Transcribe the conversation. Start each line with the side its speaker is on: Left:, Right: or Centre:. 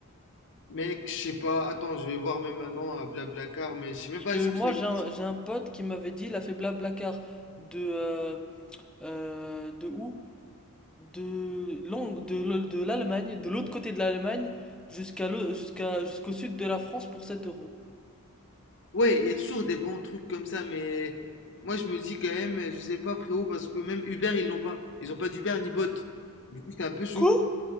Left: Mec, je sais pas. Attends, je vais voir même maintenant à Blablacar, mais je sais même
Centre: Parce
Left: pas
Centre: que
Left: est-ce que
Centre: moi,
Left: ça. existe.
Centre: j'ai un, j'ai un pote qui m'avait dit, il a fait Blablacar de, euh, euh, de où? De, Londres, de, l- de l'Allemagne, de l'autre côté de l'Allemagne, jusqu'à l'au- jusqu'à, jusqu'au sud de la France pour 7 euros.
Left: Ouais, il y a toujours des bons trucs comme ça, mais moi je me dis quand même, je sais pas frérot, parce que même Uber ils l'ont pas. Ils ont pas d'Uber ni Bolt. Du coup, c'est un peu chaud.
Centre: Quoi?